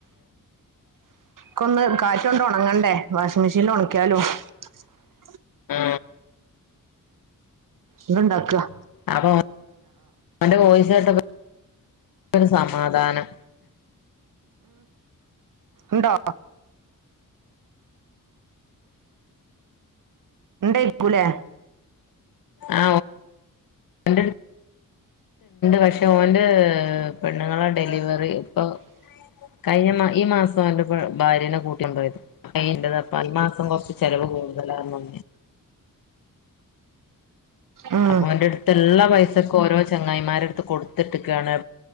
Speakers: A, on the right; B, on the left.
A: ക്കൊന്ന് കാറ്റൊണ്ട് ഉണങ്ങണ്ടേ വാഷിംഗ് മെഷീനിൽ ഉണിക്കിയാലും ആ
B: ആ
A: ഇത്ണ്ടാക്ക
B: അപ്പൊ ഓന്റെ വോയിസ് കേട്ടപ്പം സമാധാനം
A: ണ്ടോ ണ്ടയിരിക്കൂലേ
B: ആ <unintelligible> പക്ഷെ ഓന്റെ ഹേ പെണ്ണുങ്ങളെ ഡെലിവറി ഇപ്പൊ കഴിഞ്ഞ ഈ മാസം അവന്റെ ഭാര്യനെ കൂട്ടിണ്ടോയത് <unintelligible> ഈ മാസം കൊറച്ച് ചെലവ് കൂടുതലാന്ന
A: ഉം
B: അപ്പൊ ഓന്റെ ട്ത്ത് ള്ള പൈസക്ക് ഓരോ ചങ്ങായിമാര കൊടുത്തിട്ടക്കാണ്